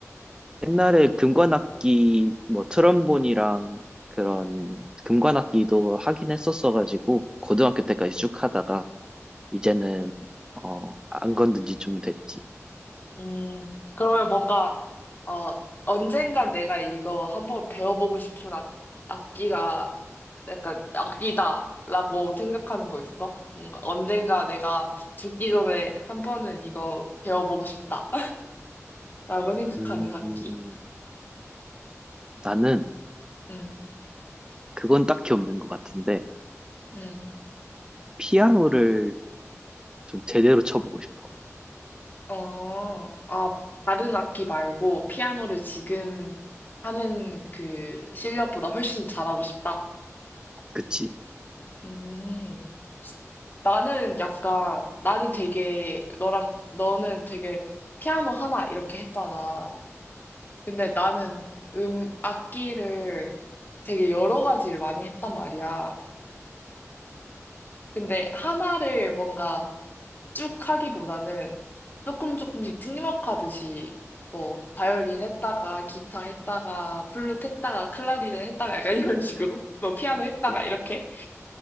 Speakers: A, on the right (about 15°); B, on the left (about 35°).
A: 옛날에 금관악기, 뭐 트럼본이랑 그런 금관악기도 하긴 했었어가지고, 고등학교 때까지 쭉 하다가, 이제는 어, 안 건든 지 좀 됐지.
B: 음, 그러면 뭔가, 어, 언젠간 내가 이거 한번 배워보고 싶은 악, 악기가 약간 악기다라고 생각하는 거 있어? 뭔가 언젠가 내가 죽기 전에 한 번은 이거 배워보고 싶다라고 <laughs> 생각하는
A: 음,
B: 악기.
A: 나는
B: 음,
A: 그건 딱히 없는 것 같은데
B: 음.
A: 피아노를 좀 제대로 쳐보고 싶어.
B: 어, 아, 다른 악기 말고 피아노를 지금 하는 그 실력보다 훨씬 잘하고 싶다.
A: 그치?
B: 음. 나는 약간, 나는 되게, 너랑, 너는 되게 피아노 하나 이렇게 했잖아. 근데 나는 음, 악기를 되게 여러 가지를 많이 했단 말이야. 근데 하나를 뭔가 쭉 하기보다는 조금 조금씩 찍먹하듯이 뭐, 바이올린 했다가, 기타 했다가, 플룻 했다가, 클라리넷 했다가 약간 <laughs> 이런 식으로, 뭐, 피아노 했다가
A: 오,
B: 이렇게.